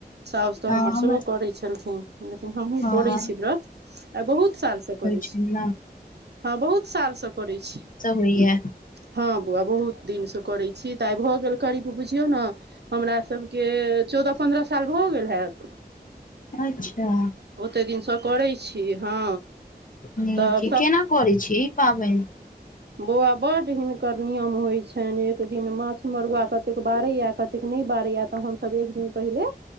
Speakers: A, on the right (about 85°); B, on the left (about 55°).
A: साउस त
B: हँ
A: हमर
B: हमरा
A: सोहो करै छलखिन लेकिन हमहुँ
B: हँ
A: करै छी व्रत आइ बहुत साल से करै छी
B: छी ना
A: हँ बहुत साल सँ करै छी
B: होइया
A: हँ बौआ बहुत दिन से करै छी त आई भ गेल करिब बुझियउ न हमरा सबके चौदह पन्द्रह साल भ गेल हेत
B: अच्छा
A: ओते दिनस करै छी हँ
B: नइ
A: तऽ
B: ठिके केना करै छी ई पाबइन
A: बोआ बड हिनकर नि नियम होइ छैन एक दिन माछ मरुआ कतेक बारैय य कतेक नय बारैय य त हमसब एक दिन पहिले